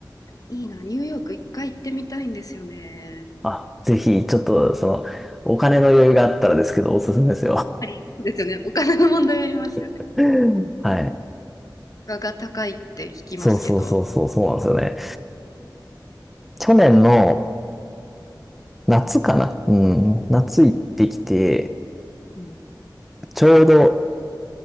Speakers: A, on the left; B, in the centre.
A: いいな、ニューヨーク一回行ってみたいんですよね。
B: あ、ぜひ、ちょっと、その、お金の余裕があったらですけど、おすすめですよ。
A: そうですよね。<laughs> お金の問題あります
B: <laughs> はい。
A: 価が高いって聞きますけど、
B: そうそうそうそう、そうなんですよね。去年の、
A: なん
B: 夏かなうん。夏行ってきて、
A: うん
B: ちょうど